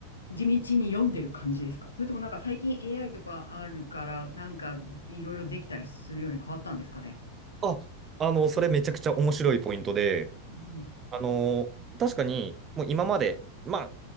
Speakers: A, on the left; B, on the right.
A: 地道に読んでる感じですかそれともなんか最近 AI とかあるから、なんかいろいろできたりするように変わったんですかね。
B: あ、あの、それめちゃくちゃ面白いポイントで、
A: うん、
B: あの、確かに、もう今まで、まあ、